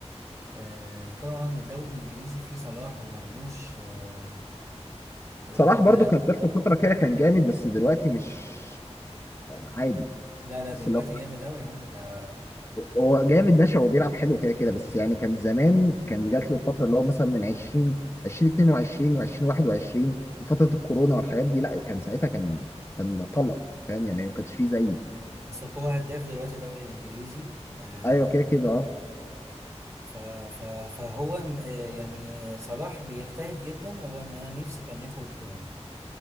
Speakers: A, on the right; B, on the left.
A: آه، طبعا الدوري الانجليزي فيه صلاح ومرموش آه، وولاد
B: صلاح
A: البلد
B: برضو كان جات له فترة كده كان جامد بس دلوقتي مش عادي
A: لا لا
B: بس
A: دلوقتي
B: اللي هو
A: جامد اوي يا عم ده
B: هو جامد ماشي هو بيلعب حلو كده كده بس يعني كان زمان كان جات له الفترة اللي هو مثلا من 20 2022 و2021 وفترة الكورونا والحاجات دي لا كان ساعتها كان كان طلقة فاهم يعني ما كانش فيه زيه
A: ساكو هداف دلوقتي الدوري الانجليزي آه،
B: ايوه كده كده اه
A: ف ف فهو م- آه، يعني آه، صلاح بيجتهد جدا هو انا أنا نفسي كان ياخد آه،